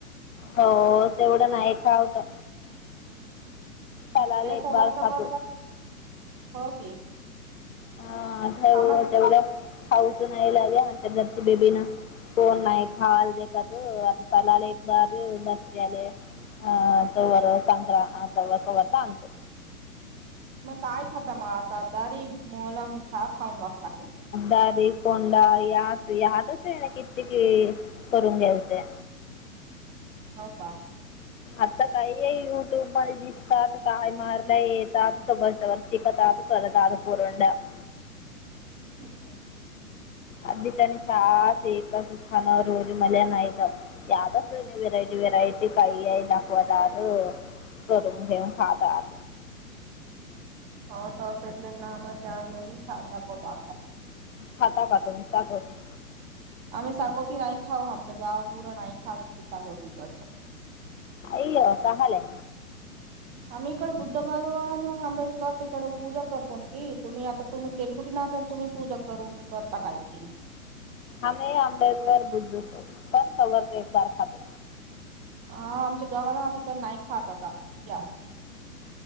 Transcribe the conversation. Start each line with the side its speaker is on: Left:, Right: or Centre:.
Left: हो तेवढं नाही खा होतं,
Right: म्हणजे
Left: सालाला एक
Right: तवा
Left: बार
Right: तवा
Left: खातो.
Right: तर हो की.
Left: ह घ
Right: कामात
Left: तेवढ्या खाऊचू नाय लाग त्या घरची बेबी ना. कोण नाही खावाल ते का त, आता सालाला एक बार दसर्याले. अह तवर संक्रां अं कवा कवा तर आणतो.
Right: मग काय खाता मग आता, दारी मोला ख खाऊन बसता का?
Left: दारी कोंडा या या आतच आहे ना, कित्यकि करून घ्यायचंय.
Right: हो का.
Left: आता काही हे युट्यूब मध्ये त काय मारलंय त त त त तला त पूरंडा <inaudible>
Right: हम्म.
Left: आधी त्या आणि चहा रोज करून खानं मला रोज मल्या नाहीतं यातच वरायटी वरायटी काही आहे दाखवादार करून घेऊन खातात.
Right: हो तसल ना मझ सा लाकत <inaudible>
Left: खाता का तुम्ही सागोती?
Right: आम्ही सागोती नाही खाऊ, आमच गाव पुरं नाही खात सागोती कच
Left: अय अ काहाले.
Right: आम्ही इकड बुद्ध भगवान आंबेडकर तकड पूजा करतो की, तुम्ही आता तुम्ही तेलगुटी ना तुम्ही पूजा करून करता काही की.
Left: आम्ही आंबेडकर बुद्धतो पण कवर एकार खातो.
Right: हा आमच्या गावान तिक नाही खात आता या